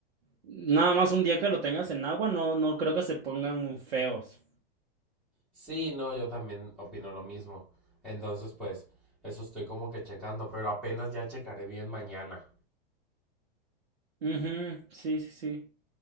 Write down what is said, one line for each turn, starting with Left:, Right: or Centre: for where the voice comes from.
Right: Nada más un día que lo tengas en agua, no, no creo que se pongan feos.
Centre: Sí, no, yo también opino lo mismo. Entonces, pues eso estoy como que checando, pero apenas ya checaré bien mañana.
Right: Ujú, Sí, sí, sí.